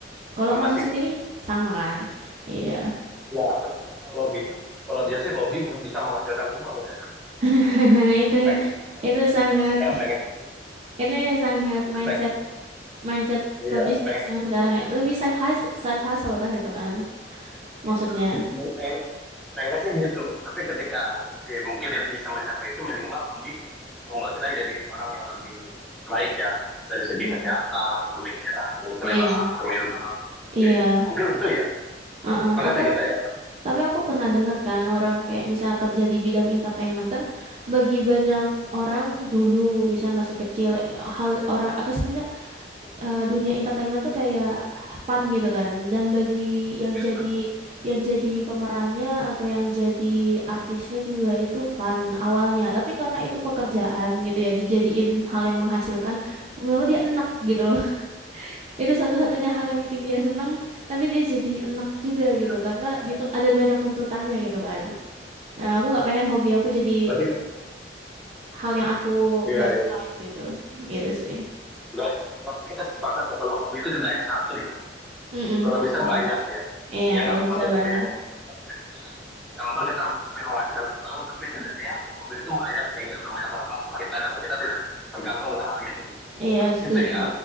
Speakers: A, on the right (about 35°); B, in the centre.
A: Kalau
B: sama
A: masa
B: sih
A: sendiri sama kan? Iya.
B: Ya, tentunya kalau bisa, kalau bisa sih hobi m- bisa menghasilkan uang ya.
A: <laughs> Itu
B: Pengennya sih, pengen,
A: itu
B: pengen,
A: sangat
B: pengen, ya pengen sih gitu.
A: itu sangat mindset
B: Pengennya sih.
A: mindset
B: Iya.
A: pebisnis
B: Pengen
A: yang
B: sih.
A: sekarang ya lebih side hustle, side hustle kan itu kan
B: Iya.
A: maksudnya
B: Di- sebenarnya pengennya sih, pengennya sih gitu. Tapi ketika oke, mungkin tidak bisa mencapai itu, minimal hobi membuat kita jadi orang yang lebih baik ya. Dari segi
A: Hmm.
B: kesehatan, pemikiran, kedewasaan
A: Iya.
B: mental, dan sebagainya.
A: iya
B: Mungkin itu ya.
A: uh-uh.
B: Sepakat
A: Apa
B: ya kita ya.
A: tapi aku pernah dengar kan orang kayak misal kerja di bidang entertainment kan bagi banyak orang dulu misal masih kecil hal orang apa sih maksudnya eh, dunia entertainment tuh kayak fun gitu kan. Dan bagi yang
B: ya
A: jadi yang jadi pemerannya atau yang jadi artisnya juga itu fun awalnya. Tapi karena itu pekerjaan gitu ya dijadiin hal yang menghasilkan, lama-lama dia enek gitu loh. <laughs> Itu satu-satunya hal yang bikin dia seneng, tapi dia jadi enek juga
B: ya
A: gitu karena ditu-
B: iya.
A: ada banyak tuntutannya gitu kan. Nah, aku nggak pengen hobi aku jadi
B: Berarti kita,
A: hal yang aku
B: ya,
A: nggak
B: ya.
A: sukai gitu. Gitu sih.
B: berarti kita sepakat ya kalau hobi itu tidak hanya satu ya.
A: Mm-mm.
B: Kalau bisa
A: Iya,
B: banyak ya.
A: Iya,
B: Ya nggak
A: kalau
B: apa-apa
A: bisa
B: kita
A: banyak.
B: punya hobi yang sekian. Nggak apa-apa kita mungkin menghasilkan uang, tapi setidaknya hobi itu banyak sehingga berbanyak manfaat untuk kita dan kita tidak tergantung dengan hal itu.
A: Iya, setuju.
B: Gitu ya.